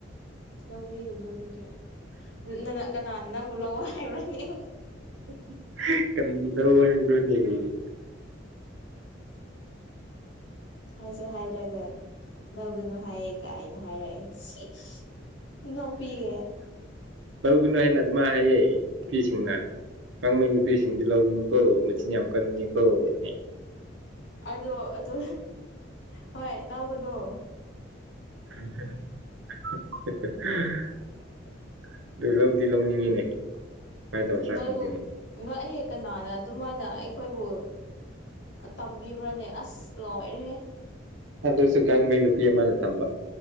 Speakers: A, on the left; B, on the right.
A: ꯂꯧꯕꯤꯒꯅꯨ ꯑꯗꯨꯗꯤ ꯅ ꯀꯅꯥꯅ ꯅꯪꯕꯨ ꯂꯧ ꯍꯥꯏꯕ꯭ꯔꯅꯤ
B: <unintelligible>
A: ꯍꯥꯏꯁꯨ ꯍꯥꯏꯗ꯭ꯔꯒ ꯂꯧꯒꯅꯨ ꯍꯥꯏꯌꯦ ꯀꯥꯏꯅ ꯍꯥꯏꯔꯛꯑꯦ ꯁꯤ ꯁꯤ ꯅꯣꯛꯄꯤꯒꯦ
B: ꯂꯧꯒꯅꯨ ꯍꯥꯏꯅ ꯑꯗꯨꯃ ꯍꯥꯏꯌꯦ ꯅꯨꯄꯤꯁꯤꯡꯅ ꯀꯥꯡꯃꯩ ꯅꯨꯄꯤꯁꯤꯡꯗꯤ ꯂꯧꯒꯅꯨꯀꯣ ꯃꯆꯤꯟ ꯌꯥꯝ ꯀꯟꯕꯅꯤꯀꯣ ꯍꯦ
A: ꯑꯗꯣ ꯑꯗꯨ ꯍꯣꯏ ꯂꯥꯎꯒꯅꯨ
B: <inaudible> ꯗꯨ ꯂꯧꯗꯤ ꯂꯧꯅꯤꯡꯉꯤꯅꯦ ꯀꯃꯥꯏ ꯇꯧꯁꯤꯔꯥ
A: ꯅꯣꯏꯕꯨ
B: ꯈꯪꯗꯦꯅꯦ
A: ꯅꯣꯏ ꯑꯩꯍꯦꯛ ꯀꯅꯥꯅ ꯑꯗꯨꯃꯥꯏꯅ ꯑꯩꯈꯣꯏꯕꯨ ꯇꯝꯕꯤꯕ꯭ꯔꯅꯦ ꯑꯁ ꯂꯣꯏꯔꯦꯍꯦ
B: ꯑꯗꯨꯁꯨ ꯒꯥꯡꯃꯩ ꯅꯨꯄꯤ ꯑꯃꯅ ꯇꯝꯕ